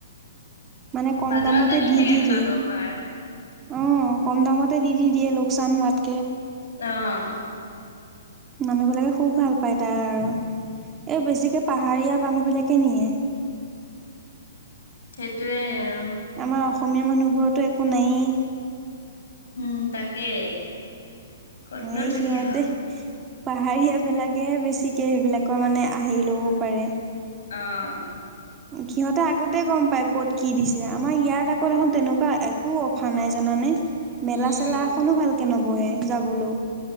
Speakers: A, on the right; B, on the left.
A: <inaudible> মানে কম
B: মাজে
A: দামতে
B: মাজে দি
A: দি-দি-দিয়ে।
B: থাকেতো তাত অফাৰ
A: অ কম দামতে দি-দি-দিয়ে লোকচান হোৱাতকে।
B: আহ!
A: নানিব লাগে খুব ভাল পায় তাৰ আৰু এই বেছিকে পাহাৰীয়া মানুহ বিলাকে নিয়ে।
B: <unintelligible> সেইটোয়ে আৰু।
A: আমাৰ অসমীয়া মানুহবোৰতো একো নায়েই।
B: উম তাকে। ক'তনো
A: এই
B: থাকিব
A: সিহঁতে। পাহাৰীয়া বিলাকেহে বেছিকে সেইবিলাকৰ মানে আহি লব পাৰে।
B: অঁ।
A: সিহঁতে আগতে গম পায় ক'ত কি দিছে আমাৰ ইয়াত আকৌ এখন তেনেকুৱা একো অফাৰ নাই জানানে। মেলা
B: উম
A: চেলা এখনো ভালকে নবহে যাবলৈও।